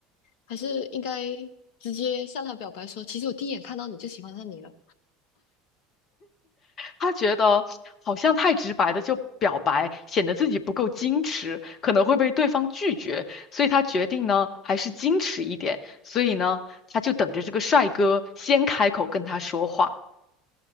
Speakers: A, on the left (about 60°); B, on the left (about 40°).
A: 还是应该直接向他表白说，其实我第一眼看到你就喜欢上你了？
B: 他觉得好像太直白的就表白，显得自己不够矜持，可能会被对方拒绝，所以他决定呢，还是矜持一点。所以呢，他就等着这个帅哥先开口跟他说话。